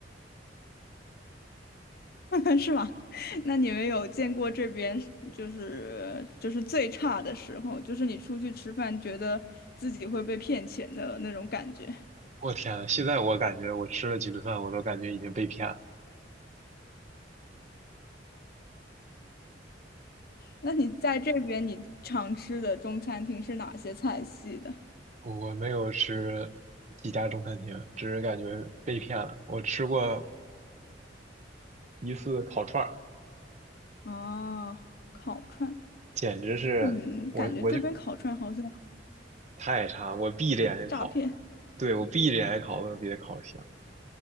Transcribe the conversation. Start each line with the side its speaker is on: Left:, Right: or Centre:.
Left: <laughs> 是吗？<laughs> 那你们有见过这边是就是就是最差的时候，就是你出去吃饭，觉得自己会被骗钱的那种感觉？
Right: 我天呐现在我感觉我吃了几顿饭，我都感觉已经被骗了。
Left: 那你在这边你常吃的中餐厅是哪些菜系的？
Right: 我没有吃几家中餐厅，只是感觉被骗了。我吃过一次烤串儿，
Left: 啊，烤串。
Right: 简直是我我就
Left: 嗯，感觉这边烤串好像
Right: 太差，我闭着眼睛烤，
Left: 诈骗，
Right: 对，我闭着眼睛烤都比它烤香。